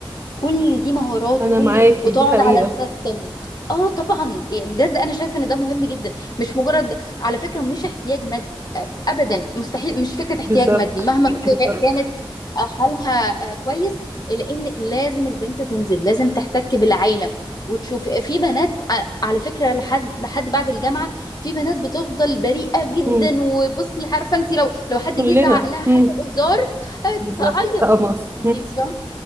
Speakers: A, on the left; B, on the right.
A: كل دي مهارات
B: انا
A: وكل
B: معاكي
A: ده وتقعد
B: دي حقيقة
A: على السيستم اه طبعا يعني بجد انا شايفه ان ده مهم جدا مش مجرد على فكره مش احتياج مادي آه، ابدا مستحيل مش فكره احتياج
B: بالظبط
A: مادي مهما ك-
B: بالظبط
A: كانت آه، حالها آه، كويس لان لازم البنت تنزل لازم تحتك بالعالم وتشوف في بنات آه، على فكره لحد لحد بعد الجامعه في بنات بتفضل بريئه جدا
B: مم.
A: وبصي عارفه انت لو لو حد جه
B: كلنا
A: زعق لها حتى
B: مم.
A: بهزار آه،
B: بالظبط
A: تعيط
B: كقمص
A: إيه، انت فاهمه